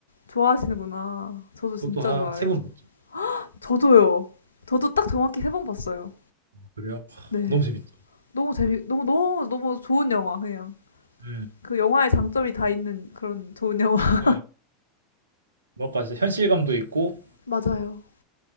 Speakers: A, on the left; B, on the right.
A: 좋아하시는구나. 저도 진짜
B: 그것도 한
A: 좋아해요.
B: 세번 봤죠.
A: 저도요. 저도 딱 정확히 세 번 봤어요.
B: 어, 그래요?
A: 네.
B: 너무 재밌죠.
A: 너무 재미 너무 너무 너무 좋은 영화 그냥.
B: 네,
A: 그 영화의 장점이 다 있는 그런 좋은 영화.
B: 네. 뭐랄까 진짜 현실감도 있고
A: <laughs> 맞아요.